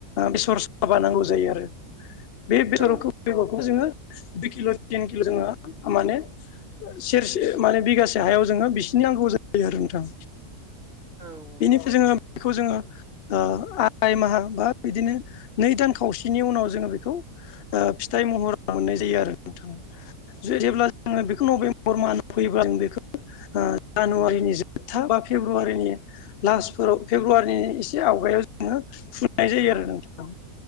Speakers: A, on the left; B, on the right.
A: बेसर साबा नांगौ जायो आरो बे बेसर
B: औ
A: बेगरखौ जोङो दुइ किल' तिन किल' जोङो माने सेरसे माने बिगासे हायाव जोङो बिसिनि नांगौ जायो आरो नोंथां।
B: औ
A: बेनिफ्राय जोङो बेखौ जोङो आराय माहा बा बिदिनो नै दान खावसेनि उनाव जोङो बेखौ ओ फिथाइ महर मोननाय जायो आरो नोंथां। जे जेब्ला जोङो बेखौ नभेम्बर माहाव फैयोब्ला जों बेखौ जानुवारिनि जोबथा बा फेब्रुवारिनि लास्टफोराव फेब्रुवारिनि एसे आवगायाव जोङो फुननाय जायो
B: औ
A: आरो नोंथां।